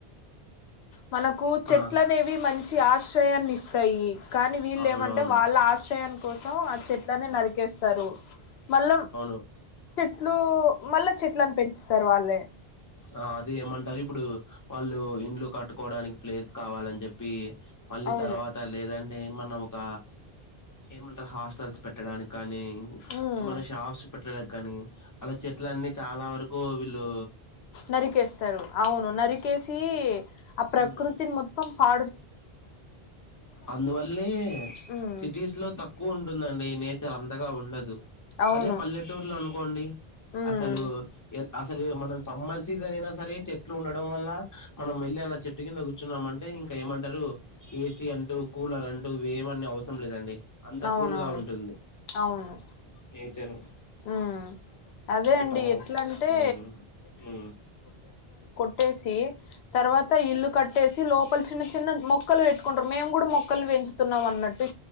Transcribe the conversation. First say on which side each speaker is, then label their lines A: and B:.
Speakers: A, on the left; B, on the left.
A: మనకు చెట్లనేవి
B: ఆ
A: మం చి ఆశ్రయాన్ని ఇస్తాయి కానీ వీళ్ళేమంటే
B: అవునవును
A: వాళ్ళ ఆశ్రయాని కోసం ఆ చెట్లను నరికే స్తారు మళ్ళా
B: <unintelligible>
A: ట్లు మళ్ళా చెట్లను పెంచుతారు వాళ్ళే
B: ఆ అది ఏమంటారు ఇప్పుడు వాళ్ళు ఇండ్లు కట్టుకోవడానికి ప్లేస్ కావాలని చెప్పి మళ్ళీ
A: అవును
B: తర్వాత లేదం ఏమన్నా ఒక ఏమంటారు హాస్టల్స్ పెట్టడానికి కానీ ఊ
A: ఉమ్
B: ఏమన్నా షాప్స్ పెట్టడానికి కానీ అలా చెట్లన్నీ చాలా వరకూ వీళ్ళు
A: నరికేస్తారు అవును నరికేసి ఆ ప్రకృతిని
B: ఉమ్
A: మొత్తం పా
B: అందువల్లే
A: ఉమ్
B: సిటీస్ లో తక్కువున్ టుందండి నేచర్ అంతగా ఉండదు
A: అవును
B: అదే పల్లెటూరులో అనుకోండి
A: ఉమ్
B: అసలు ఎ అసలే మనం సమ్మర్ సీజన్ అయినా సరే చెట్లు ఉండడం వల్ల మనం వెళ్ళి అలా చెట్టు కింద కూర్చున్నాం అంటే ఇం క ఏమంటారు ఏ సీ అంటూ కూలర్ అంటూ ఇవేం అన్నీ అవసరం లేదండి అంత
A: అవునవును
B: కూల్ గా ఉంటుంది
A: అవును
B: నేచరు
A: ఉమ్ అదే
B: ఇంక
A: అండి
B: టామ్ హౌసు
A: ఎట్లంటే
B: ఊ ఊ
A: ట్టేసి తర్వాత ఇల్లు కట్టేసి లోప చిన్న చిన్న మొక్కలు పెట్టుకుంటారు మేము కూడా మొక్కలు పెంచుతున్నాం అన్నట్టు